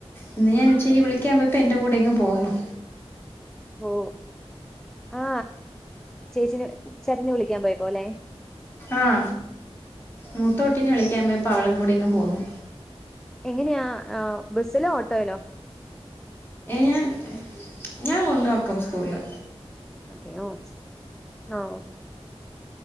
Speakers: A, on the left; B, in the centre.
A: ഇന്ന് ഞാൻ ഉച്ചക്ക് വിളിക്കാൻ പോപ്പ എന്റെ കൂടെ ഇങ്ങ് പോന്നു
B: ഓ ആ ചേച്ചന് ചരഞ്ഞു വിളിക്കാൻ പോയപ്പോലെ
A: ആഹ മൂത്തോട്ടീെ വിളിക്കാ്പോപ്പ അവളം കൂടി ഇങ്ങ് പോന്നു
B: എങ്ങനെയാ ബസ്സിലോ ഓട്ടോല്ലോ
A: ഞാൻ ഞാൻ കൊണ്ട വക്കും സ്കൂളില്
B: അതെയ ഓ ആഹ